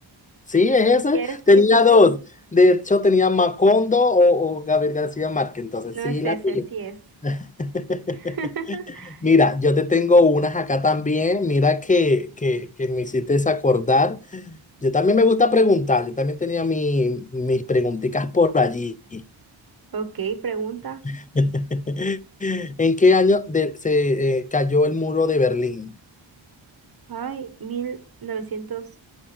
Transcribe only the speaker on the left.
¿Sí? ¿Es esa?
Tenía
dos. De hecho, tenía Macondo o, o Gabriel García Márquez, entonces
sí
la
pillé.
<laughs>
Mira, yo te tengo unas acá también. Mira que, que, que me hiciste acordar. Yo también me gusta preguntar. Yo también tenía mi- mis preguntitas por allí.
<laughs> ¿En qué año de- se eh, cayó el muro de Berlín?